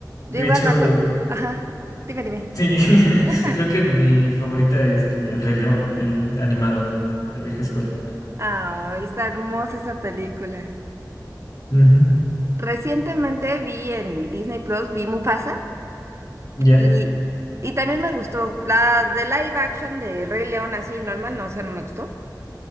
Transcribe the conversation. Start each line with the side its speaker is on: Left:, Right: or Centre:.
Left: De
Right: yo igual
Left: hecho,
Right: me acuerdo. Ajá, dime, dime.
Left: sí, <laughs>
Right: <laughs>
Left: creo que mi favorita es el, el Rey León, el animado, la vieja escuela.
Right: Ay, está hermosa esa película.
Left: Ujú,
Right: Recientemente vi en Disney Plus, vi Mufasa
Left: Ya.
Right: Y, y también me gustó. La de live action de Rey León, así normal, no, esa no me gustó.